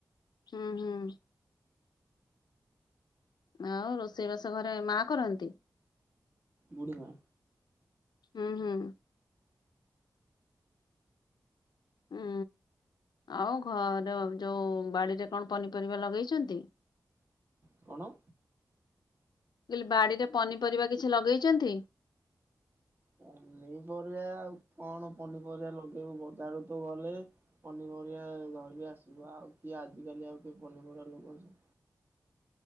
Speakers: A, on the left; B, on the right.
A: ହୁଁ ହୁଁ। ଆଉ ରୋଷେଇ ବାସ ଘରେ ମା କରନ୍ତି।
B: ବୁଢ଼ୀ ମା।
A: ହୁଁ ହୁଁ। ହୁଁ। ଆଉ ଘର ଯେଉଁ ବାଡ଼ିରେ କଣ ପନିପରିବା ଲଗେଇଛନ୍ତି?
B: କଣ?
A: କହିଲି ବାଡିରେ ପନିପରିବା କିଛି ଲଗେଇଛନ୍ତି?
B: ପନିପରିବା ଆଉ କଣ ପନିପରିବା ଲଗେଇବୁ ବଜାର କୁ ତ ଗଲେ ଧରିକି ଆସିବୁ ଆଉ କିଏ ଆଜିକାଲି ଆଉ କିଏ ପନିପରିବା ଲଗଉଚି